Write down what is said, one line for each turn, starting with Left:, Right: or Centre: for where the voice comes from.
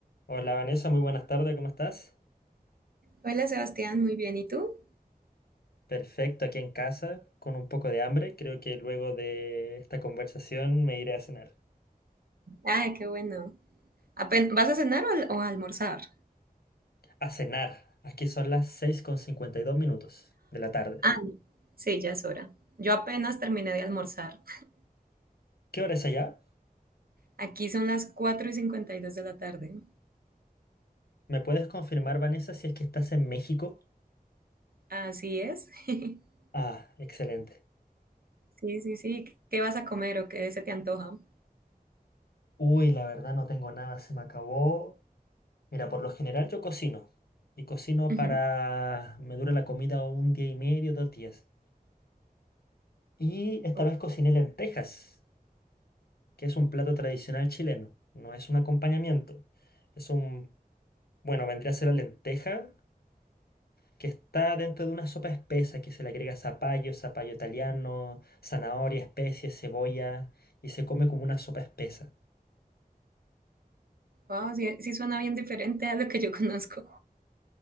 Left: Hola Vanessa, muy buenas tardes, ¿cómo estás?
Right: Hola Sebastián, muy bien. ¿Y tú?
Left: Perfecto, aquí en casa, con un poco de hambre. Creo que luego de esta conversación me iré a cenar.
Right: Ay, qué bueno. Apen- ¿Vas a cenar o, al- o a almorzar?
Left: A cenar, aquí son las seis con cincuenta y dos minutos de la tarde.
Right: Ah, sí, ya es hora. Yo apenas terminé de almorzar.
Left: ¿Qué hora es allá?
Right: Aquí son las 4 y 52 de la tarde.
Left: ¿Me puedes confirmar, Vanessa, si es que estás en México?
Right: Así es. <laughs>
Left: Ah, excelente.
Right: Sí, sí, sí. ¿Qué vas a comer o qué se te antoja?
Left: Uy, la verdad no tengo nada, se me acabó. Mira, por lo general yo cocino. Y cocino
Right: Ujú.
Left: para... Me dura la comida un día y medio, dos días. Y esta
Right: Oh,
Left: vez cociné lentejas. que es un plato tradicional chileno, no es un acompañamiento. Es un, bueno, vendría a ser la lenteja, que está dentro de una sopa espesa que se le agrega zapallo, zapallo italiano, zanahoria, especies, cebolla, y se come como una sopa espesa.
Right: wow, sí, sí suena bien diferente a lo que yo <laughs> conozco.